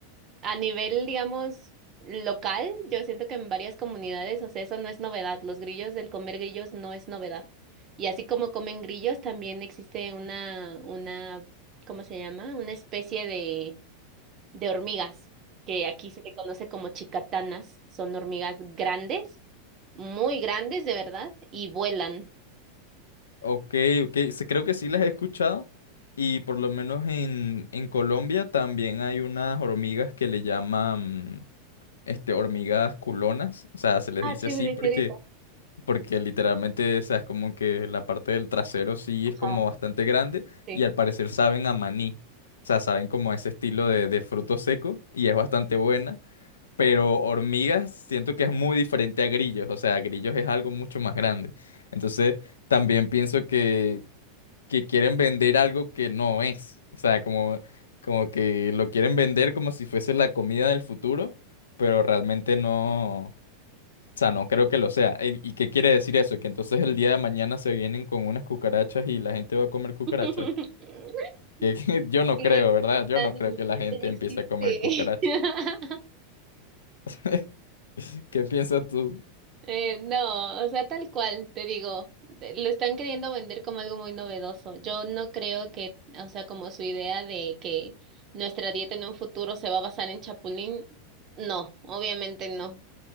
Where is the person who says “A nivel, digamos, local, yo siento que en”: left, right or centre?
Right